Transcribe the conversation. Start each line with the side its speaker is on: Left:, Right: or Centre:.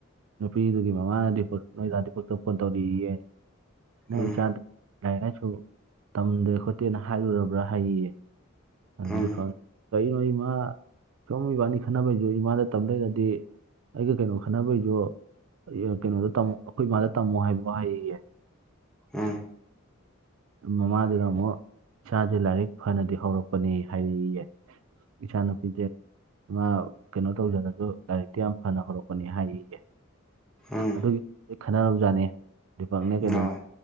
Right: ꯅꯨꯄꯤꯗꯨꯒꯤ ꯃꯃꯥꯅꯗꯤ ꯅꯣꯏꯗꯗꯤꯐꯥꯎꯛꯇ ꯐꯣꯟ ꯇꯧꯔꯛꯑꯦꯌꯦ ꯅꯣꯏ
Centre: ꯎꯝ
Right: ꯆꯥꯟꯗ ꯂꯥꯏꯔꯤꯛ ꯂꯥꯏꯁꯨ ꯇꯝꯗꯦ ꯈꯣꯠꯇꯦꯅ ꯍꯥꯏꯔꯨꯔꯕ꯭ꯔꯥ ꯍꯥꯏꯌꯦ ꯑꯗꯨꯗꯤ
Centre: ꯎꯝ
Right: ꯀꯩꯅꯣ ꯏꯃꯥ ꯆꯨꯝ ꯏꯕꯥꯅꯤ ꯈꯪꯅꯁꯦ ꯏꯃꯥ ꯃꯇꯝꯗꯗꯤ ꯑꯩꯒ ꯀꯩꯅꯣ ꯈꯟꯅꯕꯩꯁꯨ ꯀꯩꯅꯣꯗ ꯇꯝꯃꯣ ꯑꯩꯈꯣꯏ ꯃꯥꯥꯗ ꯇꯝꯃꯣ ꯍꯥꯏꯕꯣ ꯍꯥꯏꯌꯦ
Centre: ꯑꯥ
Right: ꯃꯃꯥꯗꯨꯅ ꯑꯃꯨꯛ ꯏꯁꯥꯁꯦ ꯂꯥꯏꯔꯤꯛ ꯐꯅꯗꯤ ꯍꯧꯔꯛꯄꯅꯤ ꯍꯥꯏꯌꯦꯌꯦ ꯏꯆꯥꯅꯨꯄꯤꯁꯦ ꯃꯥ ꯇꯧꯖꯅꯁꯨ ꯂꯥꯏꯔꯤꯛꯇꯤ ꯌꯥꯝ ꯐꯅ ꯍꯧꯔꯛꯄꯅꯤ ꯍꯥꯏꯌꯦꯌꯦ
Centre: ꯎꯝ
Right: ꯑꯗꯨꯒꯤ ꯈꯟꯅꯔꯔꯕꯖꯥꯠꯅꯤ ꯄꯛꯅꯦ ꯀꯩꯩꯅꯣꯅꯦ
Centre: ꯎꯝ ꯑꯣ